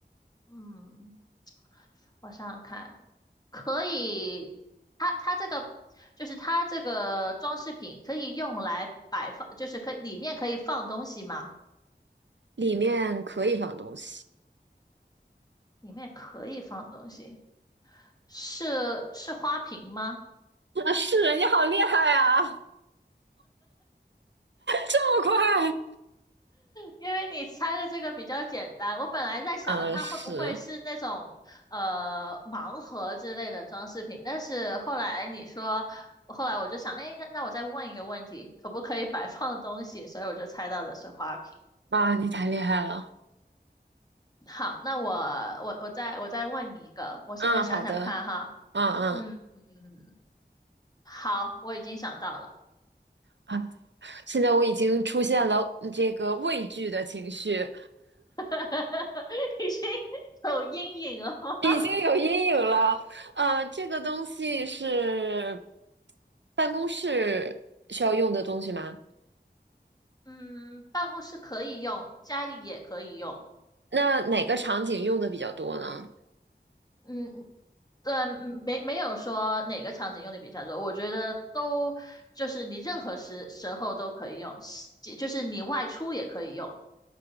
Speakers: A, on the left (about 20°); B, on the right (about 85°).
A: 嗯，我想想看，可以，它它这个就是它这个装饰品可以用来摆放，就是可以里面可以放东西吗？
B: 里面可以放东西。
A: 里面可以放东西。是是花瓶吗？
B: <laughs> 啊，是你好厉害啊！这么快？
A: 因为你猜的这个比较简单，我本来在想它会不会是那种呃盲盒之类的装饰品，
B: 嗯，是
A: 但是后来你说，后来我就想，哎，那那我再问一个问题，可不可以摆放东西？所以我就猜到的是花瓶。
B: 啊，你太厉害了。
A: 好，那我我我再我再问你一个，我现在想想看哈，
B: 嗯，好的，嗯嗯
A: 嗯嗯，好，我已经想到了，
B: 啊，现在我已经出现了这个畏惧的情绪，
A: <laughs> 已经有阴影了吗。
B: 已经有阴影了。呃，这个东西是办公室需要用的东西吗？
A: 嗯，办公室可以用，家里也可以用。
B: 那哪个场景用的比较多呢？
A: 嗯，对，嗯没没有说哪个场景用的比较多，我觉得都就是你任何时时候都可以用，西就是你外出也可以用。